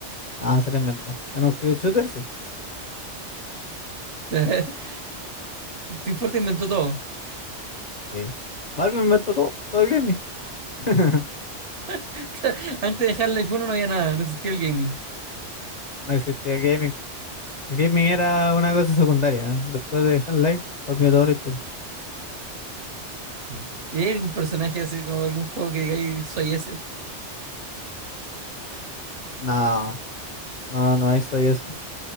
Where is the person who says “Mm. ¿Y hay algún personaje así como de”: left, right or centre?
Right